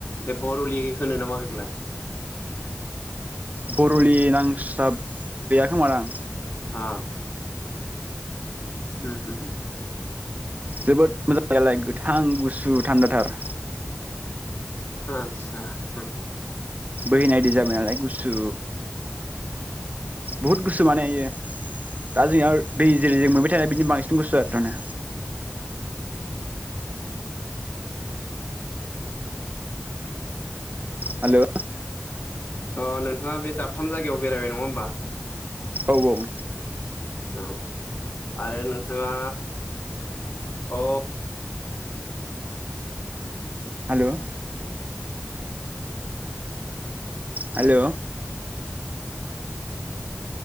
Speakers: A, on the left; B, on the right.
A: बे भरलि होनो नामा बेखौलाय?
B: बरलि नांस्लाब हैया खोमादां।
A: आ। उम हुम हुम हुम।
B: जोबोद मोजां नालाय गोथां गुसु सु थान्दा थार।
A: आतसा हा।
B: बोहैनाय दै जाबाय नालाय गुसु बहुद गुसु माने इयो। दा जोंहा दै जेरै जों मोन बिदिनो बांसिन गुसुआरो थार ने हेल'
A: अ नोंथाङा बे दाबथाम जायगायाव बेरायबाय नङा होमबा
B: औ औ
A: औ आरो नोंथाङा अ
B: हेल' हेल'